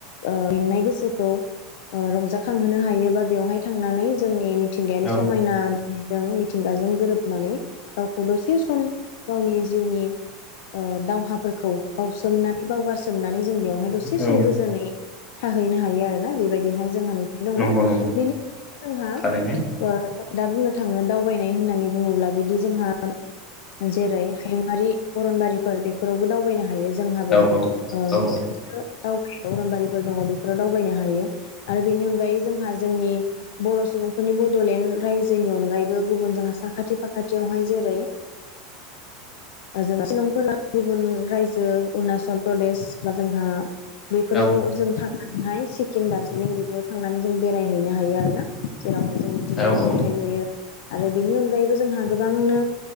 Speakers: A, on the left (about 60°); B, on the left (about 15°).
A: ओ मेंनाय गोसोखौ ओ रंजाखांहोनो हायो बा बेवहाय थांनानै जोंनि मिथिंगायारि
B: औ
A: समायना दो मिथिंगाजों गोरोबनानै गावखौ दसे सम गावनि जिउनि ओ दावहाफोरखौ बावसोमनानै बावगारसोमनानै जों बेयावहाय दसे
B: औ
A: सम गोजोनै थाहैनो हायो आरोना बेबायदिहाय जोंहा नुथाय दङ
B: नंगौ नंगौ
A: बेनि जोंहा
B: थारैनो
A: ओ दा बुंनो थाङो दावबायनाय होननानै बुङोब्ला बिदि जोंहा जेरै हायुङारि अरनबारिफोर बेफोरावबो दावबायनो हायो। जोंहाबो
B: औ औ
A: <unintelligible>
B: औ
A: अरनबारिफोर दङ बेफोराव दावबायनो हायो। हायो आरो बेनि अनगायै जोंहा जोंनि बर' सुबुंफोरनि बडलेण्ड रायजोनि अनगायैबो गुबुन जोंहा साखाथि फाखाथियावहाय जेरै जों शिलंफोरा गुबुन रायजो अरुणचल प्रदेश बा जोंहा बेफोराव
B: औ
A: जों थांनानैहाय सिक्किम दार्जिलिं बिदियाव थांनानै जों बेरायहैनो हायो आरो ना जेरावहाय जों मिथिंगायारि
B: औ
A: नुथाय नुयो। आरो बेनि अनगायैबो जोंहा गोबांनो